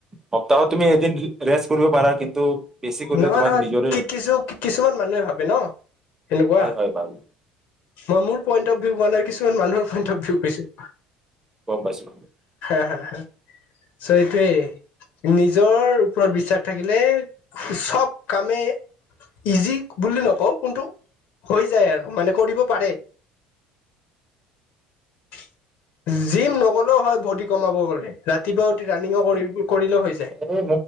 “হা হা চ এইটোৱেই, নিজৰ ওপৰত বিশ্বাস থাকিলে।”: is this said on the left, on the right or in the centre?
Left